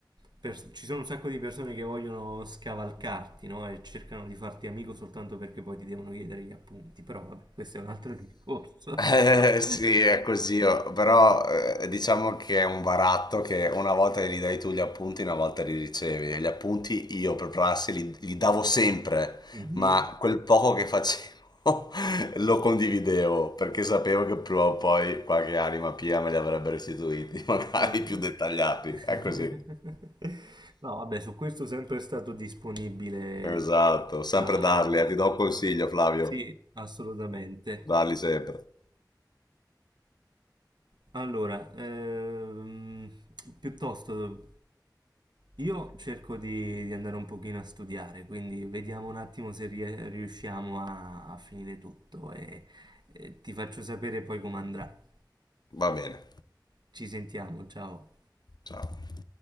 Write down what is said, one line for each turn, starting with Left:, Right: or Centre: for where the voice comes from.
Right: pers- ci sono un sacco di persone che vogliono scavalcarti, no? E cercano di farti amico soltanto perché poi ti devono chiedere gli appunti. Però vabbè, questo è un altro discorso.
Left: Eh,
Right: <laughs>
Left: sì, è così, oh, però eh, diciamo che è un baratto che una volta gli dai tu gli appunti, una volta li ricevi. E Gli appunti io per prassi li, li davo sempre,
Right: Mhm.
Left: ma quel poco che facevo <laughs> lo condividevo perché sapevo che prima o poi qualche anima pia me li avrebbe restituiti, <laughs> magari
Right: No, No,
Left: più dettagliati.
Right: <laughs>
Left: È così.
Right: No, vabbè, su questo sempre è stato disponibile.
Left: Esatto, sempre
Right: a-
Left: darli, eh, ti do un consiglio, Flavio,
Right: Sì, assolutamente.
Left: darli sempre.
Right: Allora, ehm, piuttosto io cerco di, di andare un pochino a studiare, quindi vediamo un attimo se rie- riusciamo a, a finire tutto e e ti faccio sapere poi come andrà.
Left: Va bene,
Right: Ci sentiamo, ciao.
Left: ciao.